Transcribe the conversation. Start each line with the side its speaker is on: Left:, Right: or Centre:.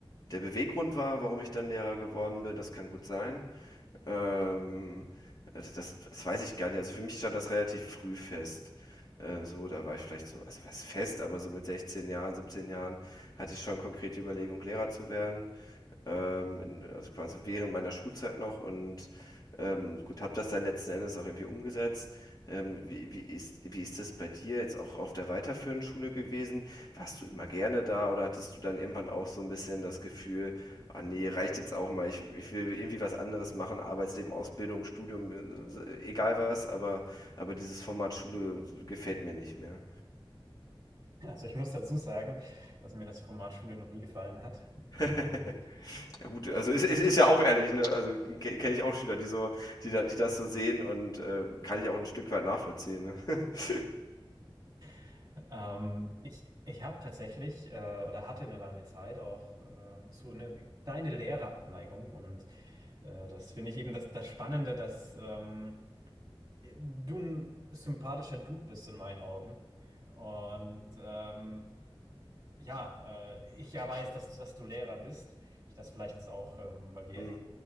Left: der Beweggrund war, warum ich dann Lehrer geworden bin, das kann gut sein. Ähm, das das weiß ich gar nicht. Also, für mich stand das relativ früh fest. Äh, so, da war ich vielleicht so also, was fest, aber so mit 16 Jahren, 17 Jahren hatte ich schon konkrete Überlegung, Lehrer zu werden ähm, in- also quasi während meiner Schulzeit noch und ähm, gut, habe das dann letzten Endes auch irgendwie umgesetzt. Ähm, wie, wie ist, wie ist das bei dir jetzt auch auf der weiterführenden Schule gewesen? Warst du immer gerne da oder hattest du dann irgendwann auch so ein bisschen das Gefühl, ah nee, reicht jetzt auch mal, ich, ich will irgendwie was anderes machen, Arbeitsleben, Ausbildung, Studium, äh, egal was, aber, aber dieses Format Schule gefällt mir nicht mehr.
Right: Also ich muss dazu sagen, dass mir das Format Schule noch nie gefallen hat.
Left: <laughs>
Right: Ähm,
Left: Ja gut, also es ist, ist, ist ja auch ehrlich, ne? Also ke- kenne ich auch Schüler, die so, die da, die das so sehen und äh, kann ich auch ein Stück weit nachvollziehen, ne? <laughs>
Right: <laughs> ähm, ich ich habe tatsächlich äh, oder hatte eine lange Zeit auch äh, so eine kleine Lehrerabneigung und äh, das finde ich eben das, das Spannende, dass ähm, du ein sympathischer Dude bist in meinen Augen. Und ähm, ja, äh, ich ja weiß, dass, dass du Lehrer bist. Ich das vielleicht jetzt auch, ähm, weil wir
Left: Mhm.